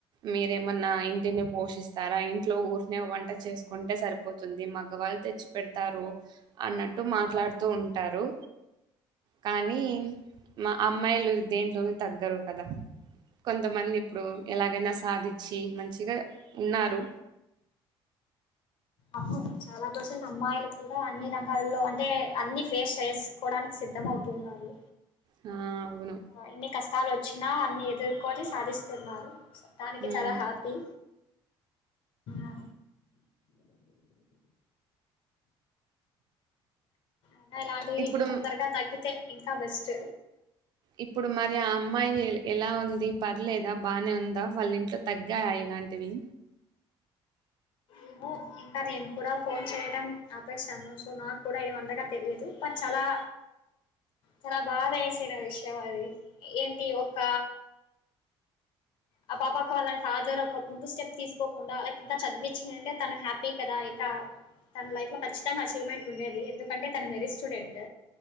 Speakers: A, on the right; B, on the left.
A: మీరేమన్నా ఇంటిని పోషిస్తారా ఇంట్లో ఊరికేనే వంట చేసుకుంటే సరిపోతుంది మగవాళ్ళు తెచ్చి పెడతారు అన్నట్టు మాట్లాడుతూ ఉంటారు కానీ మా అమ్మాయిలు దేంట్లోనే తగ్గరు కదా కొంతమంది ఇప్పుడు ఎలాగైనా సాధిం చ్చి మంచిగా ఉన్నారు
B: అవును చాలా పర్సెంట్ అమ్మాయిలు కూడా అన్ని రంగాల్లో అంటే అన్ని ఫేస్ చేసుకోవడానికి సిద్ధం అవుతున్నారు
A: ఆ అవును.
B: ఆ <unintelligible> కష్టాలు వచ్చినా అన్ని ఎదుర్కొని సాధిస్తున్నారు దానికి
A: హ్మ్.
B: చాలా హ్యాపీ ఆ అయినా ఇలాంటివి
A: ఇప్పుడు
B: తొందరగా తగ్గితే ఇంకా బెస్ట్
A: ఇప్పుడు మరి ఆ అమ్మాయి ఎలా ఉంది పర్లేదా బాగానే ఉందా వాళ్ళ ఇంట్లో తగ్గాయా ఇలాంటివి
B: ఏమో ఇంకా నేను కూడా ఫోన్ చేయడం ఆపేశాను సో నాకు కూడా ఏమంతగా తెలియదు బట్ చాలా చాలా బాధ వేసిన విషయం అది ఏంటి ఒక ఆ పాపక్క వాళ్ళ ఫాజరు ఒక ముందు స్టెప్ తీసుకోకుండా అల్లాక్ ఇంకా చదివి చ్ నుంటే తను హ్యాపీ కదా ఇంకా తన లైఫ్ లో ఖచ్చితంగా అచీవ్మెంట్ ఉండేది ఎందుకంటే తను మెరిట్ స్టూడెంట్